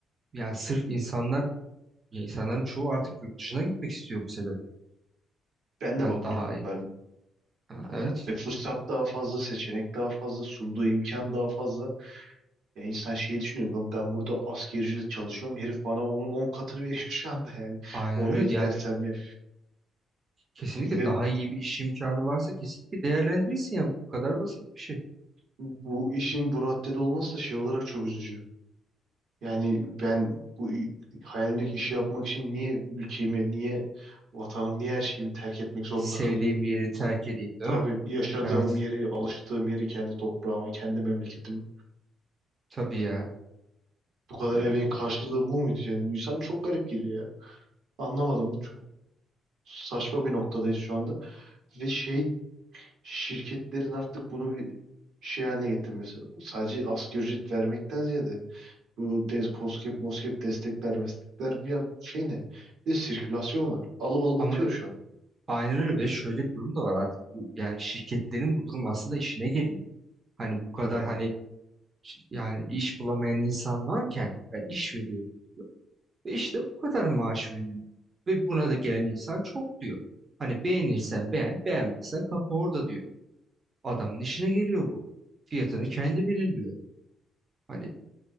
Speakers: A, on the right (about 35°); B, on the right (about 75°).
A: yani sırf insanlar ya insanların çoğu artık yurt dışına gitmek istiyor bu sebep.
B: Ben
A: Yani
B: de bakınıyorum.
A: daha iyi.
B: Ben
A: Ha, evet.
B: e, fırsat daha fazla, seçenek daha fazla, sunduğu imkan daha fazla. Ya insan şey düşünüyor lan ben burada askerciyle çalışıyorum herif bana onun 10 katını veriyor şu anda yani
A: Aynen
B: oraya
A: öyle.
B: gidersem
A: Yani
B: ya.
A: kesinlikle
B: Ve
A: daha iyi
B: bu,
A: bir iş imkanı varsa kesinlikle değerlendirirsin ya. Bu kadar basit bir şey.
B: bu işin bu raddede olması da şey olarak çok üzücü. Yani ben bu i- hayalimdeki işi yapmak için niye ülkemi, niye vatanım, niye her şeyimi terk etmek zorunda
A: Sevdiğim
B: kalıyorum?
A: yeri terk edeyim değil
B: Tabii
A: mi?
B: yaşadığım
A: Evet.
B: yeri, alıştığım yeri, kendi toprağımı, kendi memleketimi.
A: Tabii ya.
B: Bu kadar
A: Yani
B: emeğin karşılığı bu muydu? Yani insan çok garip geliyor ya. Anlamadım. Çok saçma bir noktadayız şu anda. Ve şey şirketlerin artık bunu bir şey haline getirmesi. Sadece asgari ücret vermekten ziyade bu DES, KOSGEB, MOSGEB destekler, meslekler bir yan- şey ne? Bir de sirkülasyon var. Alıp alıp
A: ama
B: atıyor şu an.
A: aynen öyle ve şöyle bir durum da var artık. Bu- Yani şirketlerin bu durum aslında işine geliyor. Hani bu kadar
B: Tabii.
A: hani Yani iş bulamayan insan varken ben iş veriyorum. Ve işte bu kadar maaş veriyorum. Ve buna da gelen insan çok diyor. Hani beğenirsen beğen, beğenmezsen kapı orada diyor. Adamın işine geliyor bu. Fiyatını kendi belirliyor. Hani